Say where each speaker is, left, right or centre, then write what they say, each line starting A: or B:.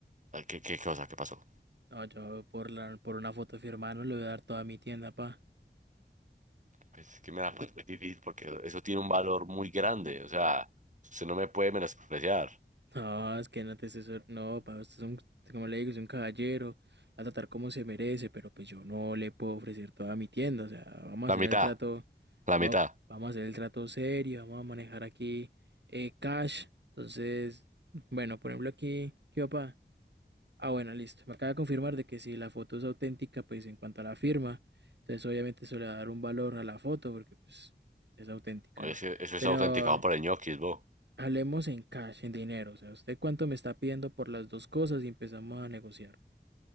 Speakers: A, on the right; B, on the right.
A: ¿qué, qué cosa? ¿Qué pasó?
B: No, yo por la, por una foto firmada no le voy a dar toda mi tienda, pa.
A: Pues es que me da pones muy difícil porque eso tiene un valor muy grande. O sea, usted no me puede menospreciar.
B: No, es que no te asesor- No, pa, usted es un, como le digo, es un caballero. La va a tratar como se merece, pero pues yo no le puedo ofrecer toda mi tienda. O sea, vamos a
A: La
B: hacer
A: mitad,
B: el trato,
A: la
B: no,
A: mitad.
B: vamos a hacer el trato serio, vamos a manejar aquí eh, cash. Entonces, bueno, por ejemplo aquí, ¿qué va, pa? Ah, bueno, listo. Me acaba de confirmar de que si la foto es auténtica, pues en cuanto a la firma, entonces obviamente eso le va a dar un valor a la foto porque pues es auténtica,
A: Oye,
B: ¿no?
A: es que eso es
B: Pero
A: autenticado por el ñoquis, bo.
B: hablemos en cash, en dinero. O sea, ¿usted cuánto me está pidiendo por las dos cosas y empezamos a negociar?